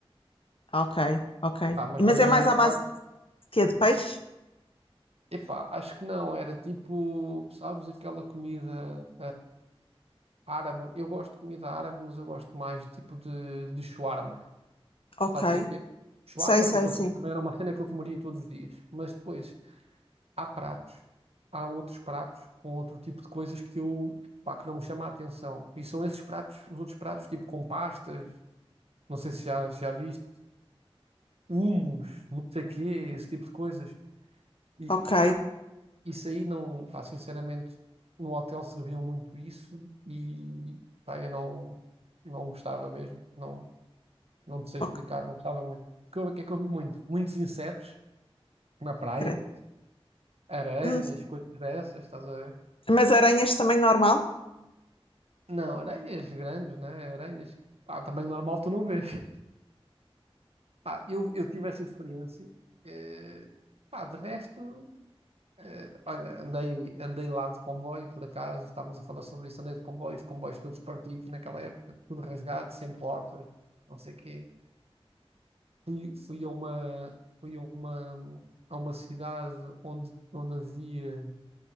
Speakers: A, on the left (about 60°); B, on the right (about 75°).
A: Ok, ok.
B: Pá, mas
A: Mas
B: também
A: é mais
B: a maior
A: à base
B: parte.
A: de quê? De peixe?
B: Epá, acho que não. Era tipo, sabes, aquela comida. Árabe, eu gosto de comida árabe, mas eu gosto mais tipo de, de shawarma.
A: Ok.
B: Sabes o que é que é? Shawarma,
A: Sei, sei,
B: tipo assim,
A: sim.
B: também era uma cena que eu comeria todos os dias. Mas depois há pratos, há outros pratos com outro tipo de coisas que eu, pá, que não me chama a atenção. E são esses pratos, os outros pratos, tipo com pastas, não sei se já, já viste, hummus, não sei o quê, esse tipo de coisas. E,
A: Ok.
B: pá, isso aí não, pá, sinceramente, no hotel serviam muito isso e, pá, eu não, não gostava mesmo. Não, Não te sei
A: ok,
B: explicar, não gostava muito. O que eu, o que é que eu vi muito? Muitos insetos na praia,
A: credo.
B: aranhas,
A: Hum,
B: coisas dessas, estás a ver?
A: Mas aranhas também normal?
B: Não, aranhas grandes, né? Aranhas. Pá, também normal tu não vês. <laughs> Pá, eu, eu tive essa experiência. Eh, pá, de resto, eh, olha, andei, andei lá de comboio, por acaso, estávamos a falar sobre isso, andei de comboio, os comboios todos partidos naquela época, tudo rasgado, sem porta não sei o quê. Fui, fui a uma, fui a uma, a uma cidade onde, onde havia